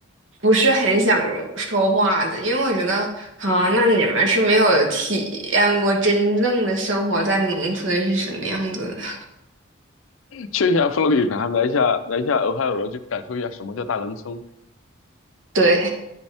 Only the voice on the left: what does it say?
去一下佛罗里达，来一下来一下俄亥俄，去感受一下什么叫大农村。